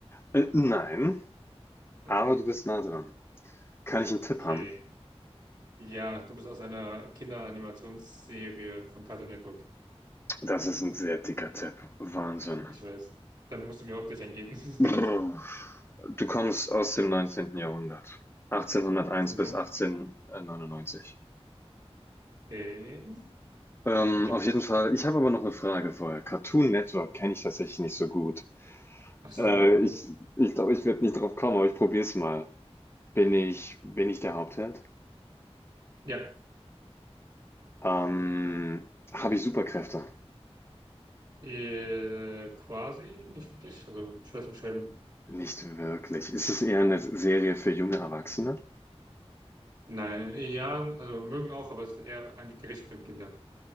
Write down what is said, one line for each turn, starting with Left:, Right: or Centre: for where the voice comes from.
Left: Äh, nein, aber
Right: Okay,
Left: du bist nah dran. Kann ich
Right: okay.
Left: einen Tipp haben?
Right: Ja, du bist aus einer Kinderanimationsserie von Cartoon Network.
Left: Das ist ein sehr dicker Tipp. Wahnsinn.
Right: Ich weiß. Dann musst du mir auch gleich eingeben. <laughs>
Left: Brr. Du kommst aus dem neunzehnten Jahrhundert. 1801
Right: Warte
Left: bis
Right: mal.
Left: 1899.
Right: Okay.
Left: Ähm,
Right: Okay.
Left: auf jeden Fall
Right: Ah,
Left: ich habe aber noch eine Frage vorher. Cartoon Network kenne ich tatsächlich nicht so gut.
Right: Ach so,
Left: Äh,
Right: okay.
Left: ich ich glaube, ich werde nicht drauf kommen, aber ich probiere es mal. Bin ich bin ich der Hauptheld?
Right: Ja,
Left: Ähm, habe ich Superkräfte?
Right: äh, quasi nicht wirklich. Also schwer zu beschreiben.
Left: Nicht wirklich. Ist es eher eine Serie für junge Erwachsene?
Right: Nein, ja, also mögen auch, aber es ist eher eigentlich gerichtet an Kinder.